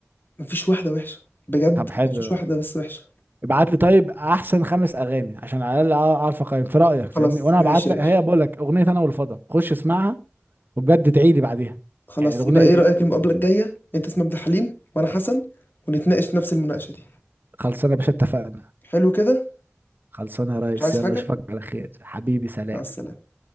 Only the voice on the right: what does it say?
طب حلو
ابعت لي طيب احسن خمس اغاني عشان على الاقل اعرف اقيم في رايك
فاهمني وانا
هبعت لك
هي بقول لك اغنيه انا والفضا خش اسمعها وبجد تعيدي بعديها
يعني الاغنيه
دي
خلصانه يا باشا اتفقنا
خلصانه يا ريس
يلا
اشوفك على خير حبيبي سلام